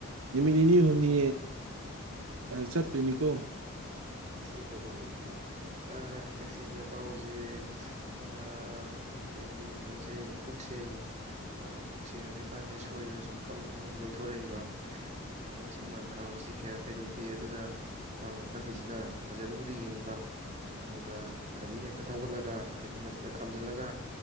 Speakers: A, on the right (about 80°); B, on the right (about 30°).
A: ꯅꯤꯅꯤ ꯍꯨꯝꯅꯤ ꯆꯠ ꯇꫭꯏꯅꯤꯀꯣ
B: ꯑꫭꯟꯊꯣꯛꯄꯅꯤꯅꯦ ꯇꯥꯎ ꯍꯟꯗꯛꯁꯦ ꯅꯇꯥꯎꯁꯦ ꯑꯩꯩꯒꯤ ꯀꯩꯅꯣꯁꯦ ꯄꯨꯛꯁꯩ ꯄꯨꯛꯁꯩ ꯍꯧꯖꯤꯛꯀꯥꯟꯁꯦ ꯁꯣꯏꯗꯅ ꯁꯨꯝ ꯇꯞꯅ ꯇꯞꯅ ꯅꯣꯏꯊꯣꯔꯛꯏꯕ ꯑꯗꯨꯅ ꯆꯤꯡ ꯃꯥꯟ ꯀꯥꯕꯁꯤ ꯀꯌꯥ ꯀꯩꯗꯧꯗꯦ ꯑꯗꯨꯅ ꯅꯇꯥꯎꯅ ꯈꯜꯂꯤꯁꯤ ꯁꯤꯅ ꯐꯖꯕꯕꯨꯗꯤ ꯌꯦꯡꯅꯤꯡꯕ ꯑꯗꯨꯅ ꯒꯥꯔꯤꯅ ꯍꯦꯛꯇ ꯊꯧꯒꯠꯂꯒ ꯍꯦꯛꯇ ꯃꯗ ꯊꯝꯖꯤꯜꯂꯒ